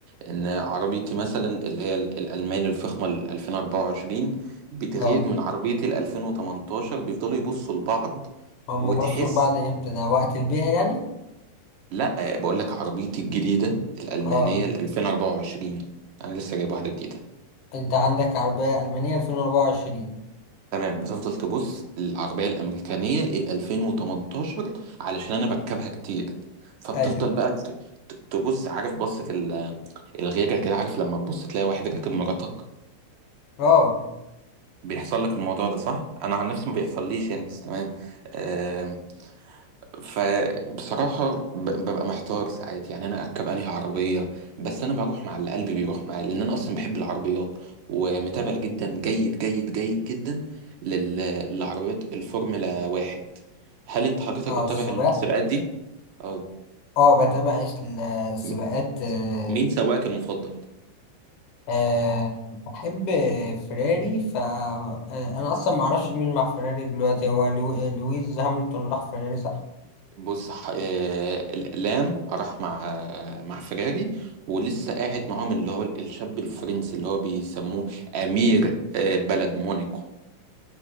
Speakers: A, on the right; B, on the left.
A: ان عربيتي مثلا اللي هي ال- الالماني الفخمه ال 2024 بتغير
B: اه
A: من عربيتي ال 2018 بيفضلوا يبصوا لبعض
B: هم
A: وتحس
B: بصوا لبعض امتى ده وقت البيع يعني
A: لا بقول لك عربيتي الجديده الالمانيه
B: اه
A: ال 2024 انا لسه جايب واحده جديده
B: انت عندك عربية ألمانية 2024
A: تمام بتفضل تبص للعربية الأمريكانية ال 2018 علشان أنا بركبها كتير فبتفضل
B: ايوه
A: بقى ت- ت- تبص عارف بصة ال- الغيرة كده عارف لما تبص تلاقي واحد راكب مراتك
B: اه
A: بيحصل لك الموضوع ده صح؟ أنا عن نفسي ما بيحصليش يعني بس تمام آمم فبصراحة ب- ببقى محتار ساعات يعني أنا أركب أنهي عربية بس أنا بروح مع اللي قلبي بيروح معاه لأن أنا أصلا بحب العربيات ومتابع جدا جيد جيد جيد جدا لل... للعربيات الفورمولا واحد هل أنت حضرتك
B: اه
A: بتتابع
B: السباق
A: السباقات دي؟ أه
B: اه بتابع ال- السباقات
A: م-
B: آه،
A: مين سواقك المفضل؟
B: آه، بحب فيراري ف آه، انا اصلا ما اعرفش مين مع فيراري دلوقتي هو لو- لويس هاملتون راح فيراري صح
A: بص ح- آه، لام راح مع آه، مع فيراري ولسه قاعد معاهم اللي هو الشاب الفرنسي اللي هو بيسموه أمير آه، بلد مونيكو